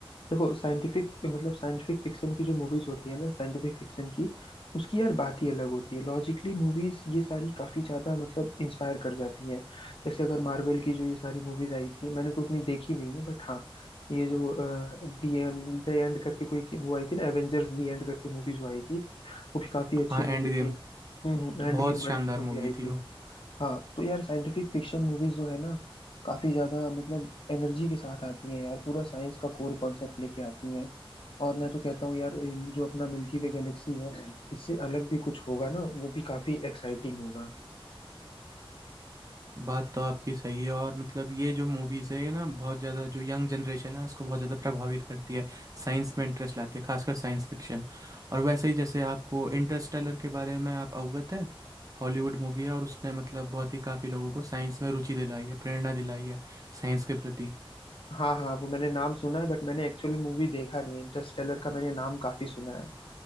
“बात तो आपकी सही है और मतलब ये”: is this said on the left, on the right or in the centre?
Right